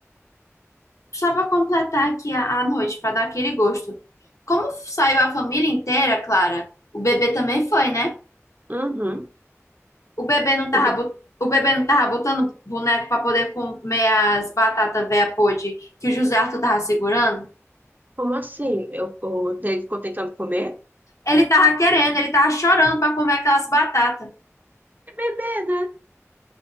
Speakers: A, on the left; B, on the right.
A: só para completar aqui a, a noite, para dar aquele gosto. Como saiu a família inteira, Clara, o bebê também foi, né?
B: Uhum.
A: O bebê não tava,
B: O que-
A: bot- o bebê não tava botando boneco para poder comer as batatas véia podre que o José Arthur tava segurando?
B: como assim? Eu, o dele ficou tentando comer?
A: Ele tava querendo, ele tava chorando para comer aquelas batatas.
B: É bebê, né?